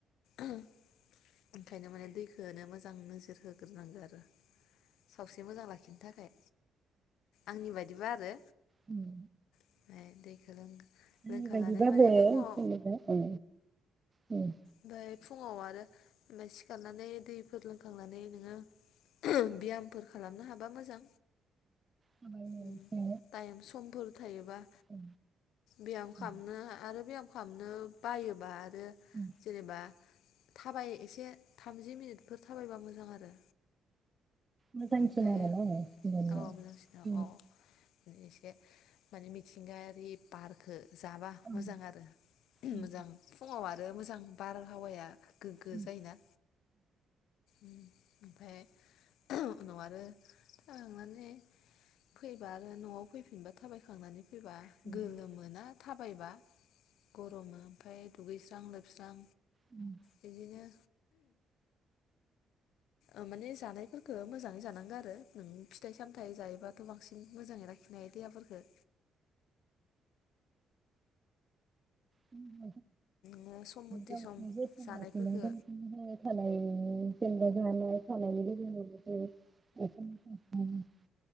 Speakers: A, on the left; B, on the right.
A: ओंखायनो माने दैखोनो मोजां नोजोर होग्रोनांगो आरो। सावस्रि मोजां लाखिनो थाखाय। आंनि बायदिबा आरो।
B: उम
A: ओमफ्राय दैखौ लों लोंखांनानै
B: आनिबायदिबाबो
A: माने फुङाव
B: जेनेबा औ। उम।
A: ओमफाय फुङाव आरो ओमफ्राय सिखारनानै दैफोर लोंखांनानै नोङो बियामफोर खालामनो हाबा मोजां
B: थाबायनो
A: उम
B: एसे
A: टाइम समफोर थायोबा।
B: ओ
A: ब्याम खालामनो
B: ओ
A: आरो बेयाम खालामनो बायोबा बो
B: ओ
A: जेनेबा थाबाय एसे थामजि मिनिटफोर थाबायबा मोजां आरो
B: मोजांसिन
A: ओमफ्राय
B: आरोना जोंहानिया
A: अ मोजांसिना अ एसे माने मिथिंगायारि बारखो जाबा मोजां
B: उम
A: आरो
B: उम
A: मोजां। फुङाव आरो मोजां बारहावाया गोग्गो
B: उम
A: जायोना उम ओमफ्राय उनाव आरो थांनानै फैबा आरो न'आव फैफिनबा थाबायखांनानै फैबा
B: उम उम
A: गोलोमोना थाबायबा गर'मो ओमफ्राय दुगैस्रां लोबस्रां
B: उम
A: बिदिनो ओ माने जानायफोरखो मोजां ङै जानांगो आरो नों फिथाइ सामथाइ जायोबाथ' बांसिन मोजाङै लाखिनो हायो देहाफोरखो।
B: <unintelligible>
A: नोङो सम मथे
B: लाखिनाय
A: सम जानायफोरखौ
B: जायो। मोजाङै थानायनि जेनबा नआव थानायनि गेजेरजोंबो जों <unintelligible>